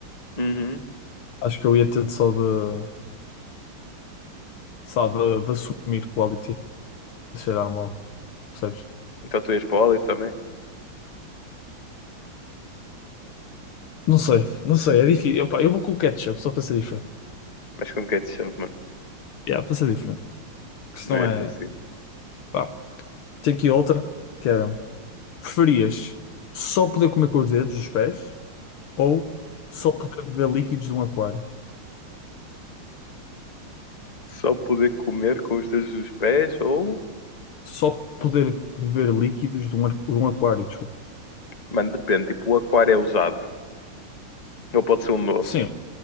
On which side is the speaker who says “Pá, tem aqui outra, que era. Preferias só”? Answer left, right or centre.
Left